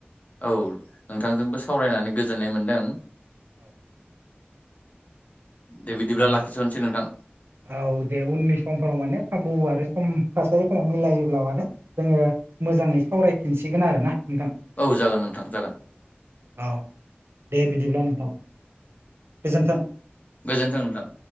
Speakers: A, on the left; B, on the right.
A: औ नोंथांजोंबो सावरायनानै गोजोननाय मोन्दों
B: औ
A: दे बिदिब्ला
B: दा
A: लाखिथ'नोसै नोंथां
B: औ दे उननि समफोराव माने खाबु आरो सम थासारिफोरा मिलायोब्ला माने जोङो मोजाङै सावरायफिनसिगोन आरो ना नोंथां
A: औ जागोन नोंथां जागोन
B: औ दे बिदिब्ला नोंथां गोजोन्थों
A: गोजोन्थों नोंथां